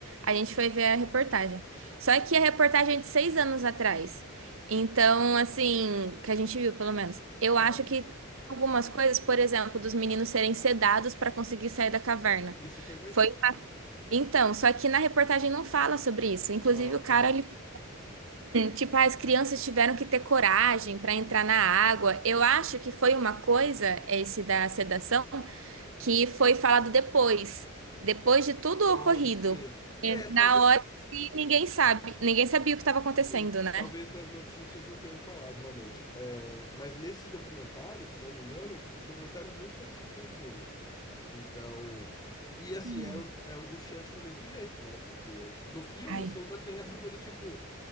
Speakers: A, on the right (about 65°); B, on the left (about 20°).
A: A gente foi ver a reportagem. Só que a reportagem é de seis anos atrás. Então, assim, que a gente viu, pelo menos. Eu
B: aham.
A: acho que algumas coisas, por exemplo, dos meninos serem sedados para conseguir sair da caverna.
B: Isso foi verdade.
A: Foi. Então, só que na reportagem não fala sobre isso. Inclusive,
B: Ah,
A: o cara,
B: tá.
A: ele. Tipo, ah, as crianças tiveram que ter coragem para entrar na água. Eu acho que foi uma coisa, esse da sedação, que foi falado depois, depois de tudo
B: Pode
A: ocorrido.
B: ser.
A: É,
B: É,
A: Na
B: talvez,
A: hora que ninguém sabe, ninguém sabia o que estava acontecendo,
B: sim,
A: né?
B: talvez nas notícias não tenham falado realmente. É, mas nesse documentário, se não me engano, o documentário é muito parecido com o filme. Então, e assim,
A: Hum.
B: é, an- é angustiante do mesmo jeito, né? Porque no filme
A: Ai.
B: você ainda tem essa coisa, tipo,